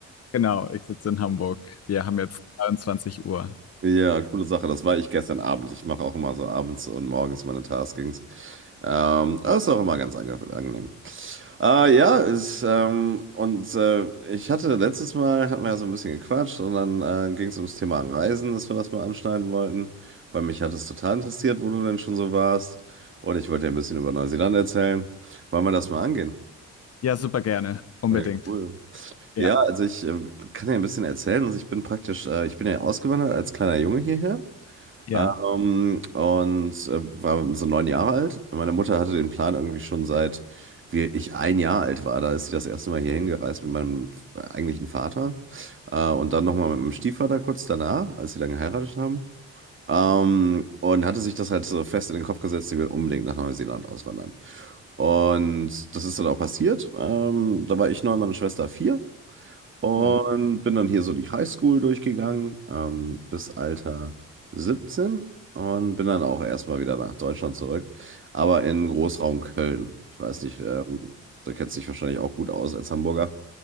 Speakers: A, on the left; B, on the right.
A: Genau, ich sitze in Hamburg. Wir haben jetzt 23 Uhr.
B: Ja, coole Sache. Das war ich gestern Abend. Ich mache auch immer so abends und morgens meine Taskings. Ähm, das ist auch immer ganz ange angenehm. Äh, ja, ist, ähm, und äh, ich hatte letztes Mal, hatten wir ja so ein bisschen gequatscht und dann äh, ging es ums Thema Reisen, dass wir das mal anschneiden wollten, weil mich hat es total interessiert, wo du denn schon so warst. Und ich wollte dir ein bisschen über Neuseeland erzählen. Wollen wir das mal angehen?
A: Ja, super gerne. Unbedingt.
B: Ja, cool.
A: Ja,
B: Ja, also ich äh, kann dir ein bisschen erzählen. Also ich bin praktisch, äh, ich bin ja ausgewandert als kleiner Junge hierher.
A: ja,
B: Ähm, und äh, war so neun Jahre alt. Meine Mutter hatte den Plan irgendwie schon seit wir, ich ein Jahr alt war. Da ist sie das erste Mal hier hingereist mit meinem eigentlichen Vater. Äh, und dann nochmal mit meinem Stiefvater kurz danach, als sie dann geheiratet haben. Ähm, und hatte sich das halt so fest in den Kopf gesetzt, sie will unbedingt nach Neuseeland auswandern. Und das ist dann auch passiert. Ähm, da war ich neun, meine Schwester vier. Und
A: ja.
B: bin dann hier so die Highschool durchgegangen, ähm, bis Alter 17 und bin dann auch erstmal wieder nach Deutschland zurück, aber in Großraum Köln. Ich weiß nicht, ähm, da kennst du dich wahrscheinlich auch gut aus als Hamburger.